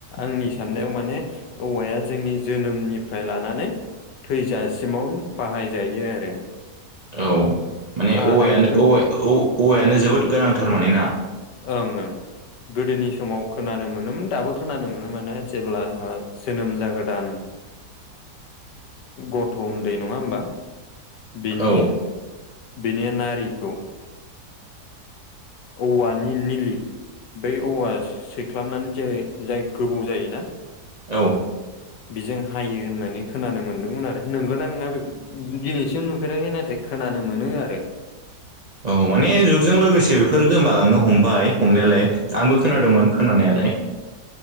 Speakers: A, on the left; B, on the right.
A: आंनि साननायाव माने औवाया जोंनि जोनोमनिफ्राय लानानै थैजासिमाव बाहायजायो आरो
B: औ माने
A: आरो
B: औवायानो
A: गो
B: - औ -औवायानो जोबोद गोनांथार माने ना
A: ओं ओं। गोदोनि समाव खोनानो मोनोमोन दाबो खोनानो मोनो माने जेब्ला जोनोम ज गोदान गथ' उन्दै नङा होमबा बिनि
B: औ
A: बेनि नारिखौ औव नि निलि बै औवा सैख्लानानै जे जाय गोबौ जायोना
B: औ।
A: बेजों हायो होननानै खोनानो मोन्दोंमोन आरो नंगौ नना नङा बे दिनैसिम नुफेराखै नाथाय खोनानो मोनो आरो
B: औ माने जुगजों लोगोसे बेफोर गोमालांनो हमबाय हमनायालाय आंबो खोनादोंमोन खोनानायालाय